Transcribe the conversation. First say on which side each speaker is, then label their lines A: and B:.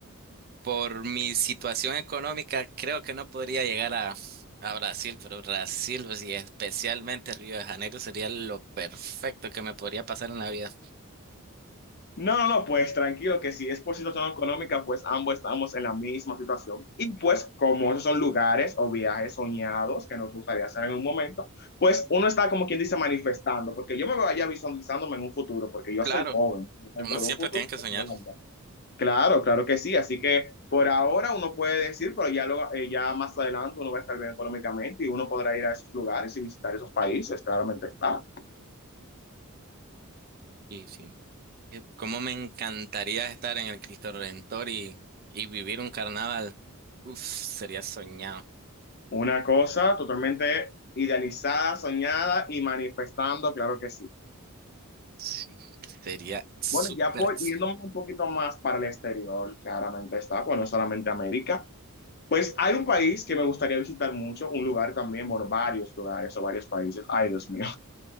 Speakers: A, on the right (about 45°); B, on the left (about 45°).
A: por mi situación económica, creo que no podría llegar a, a Brasil, pero Brasil, o sea, especialmente Río de Janeiro, sería lo perfecto que me podría pasar en la vida.
B: No, no, no, pues tranquilo, que si es por situación económica, pues ambos estamos en la misma situación. Y pues como esos son lugares o viajes soñados que nos gustaría hacer en un momento, pues uno está como quien dice manifestando, porque yo me voy allá visualizándome en un futuro, porque yo
A: Claro,
B: soy joven, dentro
A: uno siempre
B: de un futuro.
A: tiene que
B: pues,
A: soñar.
B: yo allá. Claro, claro que sí, así que por ahora uno puede decir, pero ya, lo, eh, ya más adelante uno va a estar bien económicamente y uno podrá ir a esos lugares y visitar esos países, claramente está.
A: Sí, sí. Eh, Cómo me encantaría estar en el Cristo Redentor y, y vivir un carnaval. Uf, sería soñado.
B: Una cosa totalmente idealizada, soñada y manifestando, claro que sí.
A: Sí, sería súper.
B: Bueno, ya por
A: ex-
B: irnos un poquito más para el exterior, claramente está, pues no solamente América. Pues hay un país que me gustaría visitar mucho, un lugar también, bueno, varios lugares o varios países. Ay, Dios mío.